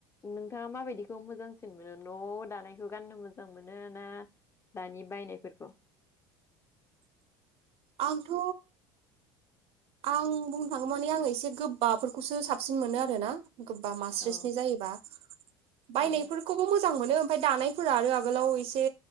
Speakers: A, on the left (about 20°); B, on the right (about 50°).
A: नोंथाङा माबायदिखौ मोजांसिन मोनो न'आव दानायखौ गाननो मोजां मोनो ना दानि बायनायफोरखौ?
B: <inaudible> आंथ' आं बुंनो थाङो माने आङो एसे गोबबाफोरखौसो साबसिन मोनो आरो ना। गोबबा मास्रिसनि
A: औ
B: जायोबा बायनायफोरखौबो
A: औ
B: मोजां मोनो ओमफ्राय दानाय फोरा आरो आगोलाव एसे